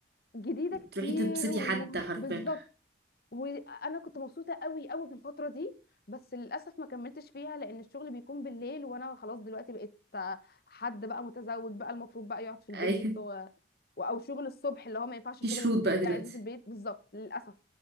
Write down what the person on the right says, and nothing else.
تروحي تبسطي
حد حرفيا
ايوه
في
شروط
بقى دلوقتي